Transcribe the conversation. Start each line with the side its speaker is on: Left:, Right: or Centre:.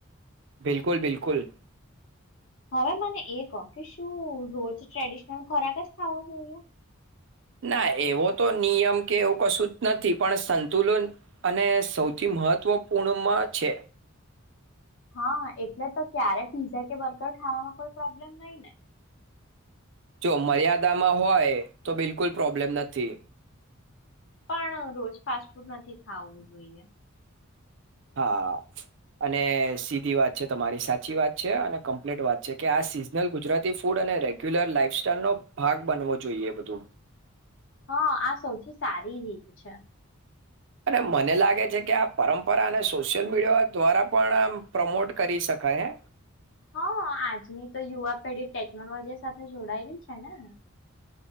Right: બિલકુલ બિલકુલ
Left: હવે મને એ કહો કે શું રોજ ટ્રેડિશનલ ખોરાક જ ખાવો જોઈએ.
Right: ના એવો તો નિયમ કે એવું કશું જ નથી પણ સંતુલન અને સૌથી મહત્ત્વપૂર્ણમાં છે.
Left: હા એટલે તો ક્યારે પીઝા કે બર્ગર ખાવામાં કોઈ પ્રોબ્લેમ નઈ ને.
Right: જો મર્યાદામાં હોય તો બિલકુલ પ્રોબ્લેમ નથી.
Left: પણ રોજ ફાસ્ટ ફૂડ નથી ખાવું જોઈએ.
Right: હા અને સીધી વાત છે તમારી સાચી વાત છે અને કમ્પ્લીટ વાત છે કે આ સિઝનલ ગુજરાતી ફૂડ અને રેગ્યુલર લાાઈફસ્ટાઈલનોો ભાગ બનવો જોઈએ બધું
Left: હા આ સૌથી સારી રીત છે.
Right: અને મને લાગે છે કે આ પરંપરા અને સોશિયલ મીડિયા દ્વારા પણ આમ પ્રમોટ કરી શકાય હે.
Left: હા આજની તો યુવા પેઢી ટેકનોલોજી સાથે જોડાયેલી છે ને.